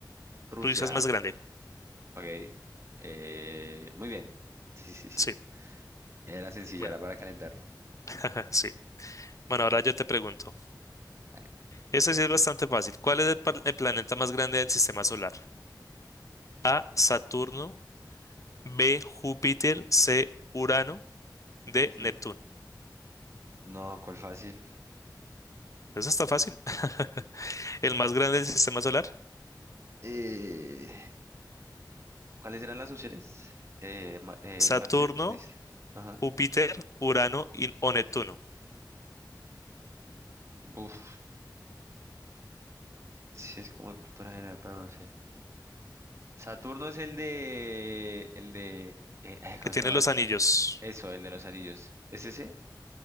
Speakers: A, on the right (about 40°); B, on the left (about 45°).
A: Rusia,
B: Rusia es más grande.
A: ok. Eh, muy bien. Sí, sí, sí.
B: Sí.
A: Era sencilla,
B: Bueno,
A: era para calentar.
B: <laughs> ajá, sí. Bueno, ahora yo te pregunto.
A: Dale.
B: Esta sí es bastante fácil. ¿Cuál es el, pal- el planeta más grande del sistema solar? A. Saturno. B. Júpiter. C. Urano. D.
A: Ujú.
B: Neptuno.
A: No, ¿cuál fácil?
B: Eso está fácil. <laughs> El más grande del sistema solar.
A: Eh, ¿cuáles eran las opciones? Eh, Ma- eh,
B: Saturno,
A: Marte, dice. Ajá.
B: Júpiter, Urano y, o Neptuno.
A: Uf, sí es como de cultura general, pero no sé. Saturno es el de, el de, eh, ay, ¿cómo
B: Que tiene
A: es que se llama
B: los
A: esto?
B: anillos.
A: Eso, el de los anillos. ¿Es ese?